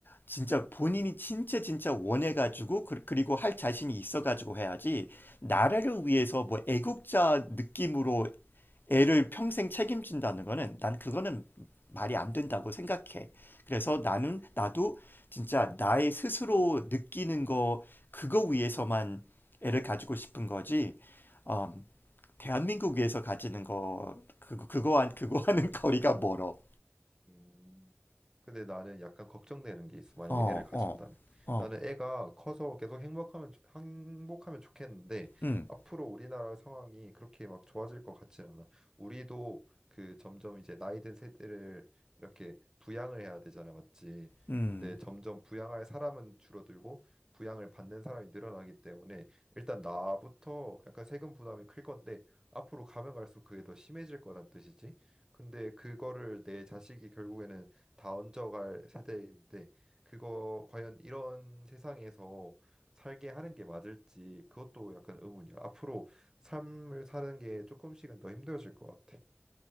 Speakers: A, on the left (about 50°); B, on the right (about 15°).
A: 진짜 본인이 진짜 진짜 원해가지고 그- 그리고 할 자신이 있어가지고 해야지 나라를 위해서 뭐 애국자 느낌으로 애를 평생 책임진다는 거는 난 그거는 말이 안 된다고 생각해. 그래서 나는 나도 진짜 나의 스스로 느끼는 거 그거 위해서만 애를 가지고 싶은 거지. 어, 대한민국 위해서 가지는 거 그거 그거 한 그거 하는 <laughs> 거리가 멀어.
B: 음. 근데 나는 약간 걱정되는 게 있어. 만약에
A: 어,
B: 애를 가진다면.
A: 어, 어,
B: 나는 애가 커서 계속 행복하면 좋- 행복하면 좋겠는데
A: 음,
B: 앞으로 우리나라 상황이 그렇게 막 좋아질 것 같진 않아. 우리도 그 점점 이제 나이 든 세대를 이렇게 부양을 해야 되잖아, 맞지?
A: 음.
B: 근데 점점 부양할 사람은 줄어들고 부양을 받는 사람이 늘어나기 때문에 일단 나부터 약간 세금 부담이 클 건데 앞으로 가면 갈수록 그게 더 심해질 거란 뜻이지. 근데 그거를 내 자식이 결국에는 다 얹어갈 세대인데 그거 과연 이런 세상에서 살게 하는 게 맞을지 그것도 약간 의문이야. 앞으로 삶을 사는 게 조금씩은 더 힘들어질 것 같아.